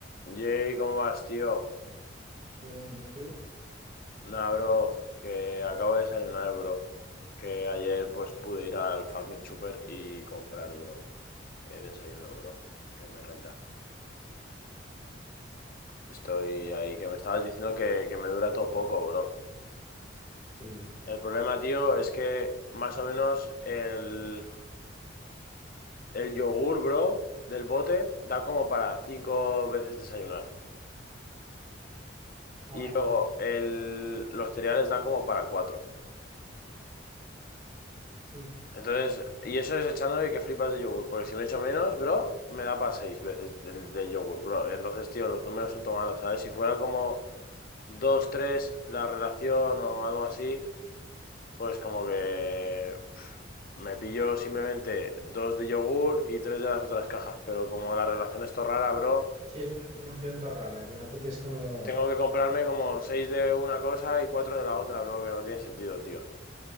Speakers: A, on the left (about 50°); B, on the right (about 35°).
A: Jay, ¿cómo vas, tío?
B: Bien, ¿y tú?
A: Nah, bro, que acabo de desayunar, bro. Que ayer pues pude ir al fucking super y comprar, bro. El desayuno, bro. Que me renta. Estoy ahí, que me estabas diciendo que, que me dura todo poco, bro.
B: sí
A: El problema, tío, es que más o menos el, el yogur, bro, del bote da como para cinco veces desayunar.
B: Ajá,
A: Y luego el, los cereales da como para cuatro.
B: sí,
A: Entonces, y eso es echándole que flipas de yogur, porque si me echo menos, bro, me da para seis veces del de yogur, bro. Entonces, tío, los números son tomados, ¿sabes? Si fuera como dos, tres la relación o algo así, pues como que pf, me pillo simplemente dos de yogur y tres de las otras cajas, pero como la relación es todo rara, bro,
B: Sí, es una proporción todo rara, que no puedes como...
A: tengo que comprarme como seis de una cosa y cuatro de la otra, bro, que no tiene sentido, tío.